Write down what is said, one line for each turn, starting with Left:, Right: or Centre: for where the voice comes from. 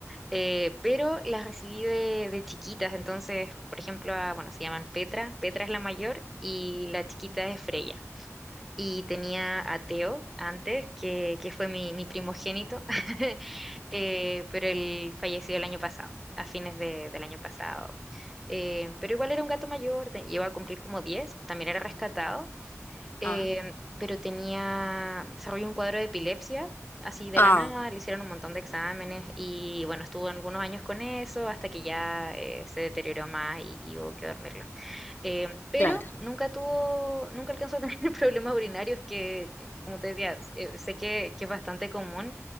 Centre: eh, pero las recibí de, de chiquitas, entonces, por ejemplo, a- bueno, se llaman Petra, Petra es la mayor y la chiquita es Freya. y tenía a Teo antes, que, que fue mi, mi primogénito, <laughs> eh, pero él falleció el año pasado, a fines de- del año pasado. Eh, pero igual era un gato mayor, te- llegó a cumplir como diez también era rescatado, eh,
Left: Ah,
Centre: pero tenía, desarrolló un cuadro de epilepsia. Así de
Left: ah,
Centre: la nada, le hicieron un montón de exámenes y bueno, estuvo algunos años con eso hasta que ya eh, se deterioró más y, y hubo que dormirlo. Em, pero
Left: claro.
Centre: nunca tuvo, nunca alcanzó a tener <laughs> problemas urinarios que, eh, como te decía, eh, sé que, que es bastante común